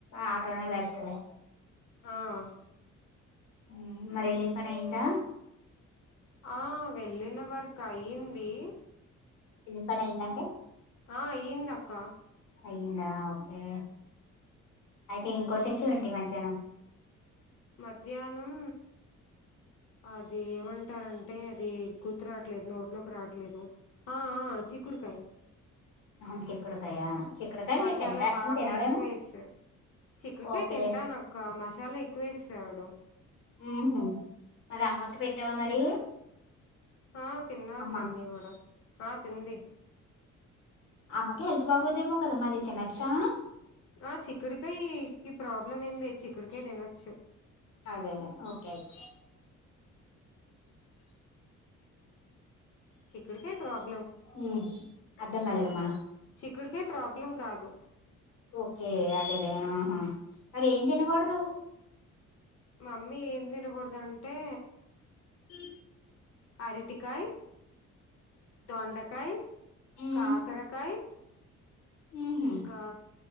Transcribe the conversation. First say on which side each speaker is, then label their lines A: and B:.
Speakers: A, on the left; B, on the left.
A: ఆటోనే బెస్ట్ లే
B: ఆ
A: ఉమ్ మరి వెళ్ళినా పని అయిందా
B: ఆ వెళ్ళిన వర్క్ అయింది
A: వెళ్ళిన పని అయిందంటే
B: ఆ ఏంద అక్క
A: అయందా ఓకే అయితే ఇంకోటి తెచ్చే ఏంటి మధ్యాహ్నం
B: మధ్యాహ్నం అది ఏమంటారంటే అది గుర్తు రాట్లేదు నోట్లోకి రావట్లేదు ఆ చిక్కుడుకాయ
A: ఆ చిక్కుడుకాయ చిక్కుడుకాయ
B: మసాలా
A: మీరు తింటా
B: బాగా
A: నువ్వు తినవేమో
B: ఎక్కువ వేస్తది చిక్కుడుకాయ
A: ఓకే
B: తింటానక్క మశలా ఎక్కువ ఎసేశాడు
A: ఉహ మరి అమ్మకి పెట్టావా మరి
B: ఆ తిన్నారు
A: అమ్మ
B: మమ్మీ కూడా ఆ తింది
A: అమ్కు హెల్త్ బాగోదేమో కదా మాదితేనాచ్చా
B: ఆ చిక్కుడుకాయ కి ప్రాబ్లం ఏం లేదు చిక్కుడుకాయ తినొచ్చు
A: అదేలే ఓకే యితే
B: చిక్కుడుకాయ్ ప్రాబ్
A: ఉ అర్థంగాళిదమ్మా
B: చిక్కుడుకాయ ప్రాబ్లం కాదు.
A: ఓకే అదేలే ఆహా మరి ఏం తినకూడదు
B: మమ్మీ ఏం తినకూడదు అంటే
A: ఈ
B: అరిటికాయ దొండకాయ
A: ఉమ్
B: కాకరకాయ
A: ఉహు
B: ఇంకా